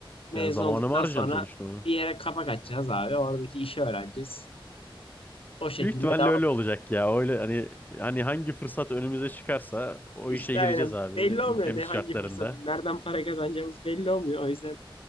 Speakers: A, on the left; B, on the left.
A: mezun
B: Yani zamanımı
A: olduktan
B: harcayacağım
A: sonra
B: sonuçta onu.
A: bir yere kapak açacağız abi. Oradaki işi öğreneceğiz. O şekilde
B: Büyük ihtimalle
A: devam.
B: öyle olacak ya. Öyle hani hani hangi fırsat önümüze çıkarsa o
A: İşte
B: işe gireceğiz
A: yani
B: abi
A: belli
B: ülkemiz
A: olmuyor ne hangi
B: şartlarında.
A: fırsatı, nereden para kazanacağımız belli olmuyor. O yüzden